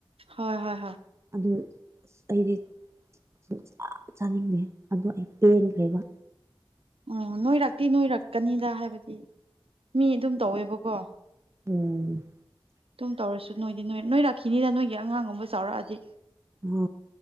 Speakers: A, on the right; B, on the right.
A: ꯍꯣꯏ ꯍꯣꯏ ꯍꯣꯏ
B: ꯑꯗꯨ ꯑꯁ ꯑꯩꯗꯤ ꯁ ꯆ ꯆꯥꯅꯤꯡꯗꯦ ꯑꯗꯣ ꯑꯩ ꯄꯦꯟꯈ꯭ꯔꯦꯕ
A: ꯑꯣ ꯅꯣꯏꯔꯛꯇꯤ ꯅꯣꯏꯔꯛꯀꯅꯤꯗ ꯍꯥꯏꯕꯗꯤ ꯃꯤ ꯑꯗꯨꯝ ꯇꯧꯋꯦꯕꯀꯣ
B: ꯎꯝ
A: ꯇꯨꯝ ꯇꯧꯔꯁꯨ ꯅꯣꯏꯗꯤ ꯅꯣꯏ ꯅꯣꯏꯔꯛꯈꯤꯅꯤꯗ ꯅꯣꯏꯒꯤ ꯑꯉꯥꯡꯒꯨꯝꯕ ꯆꯥꯎꯔꯛꯑꯗꯤ
B: ꯑ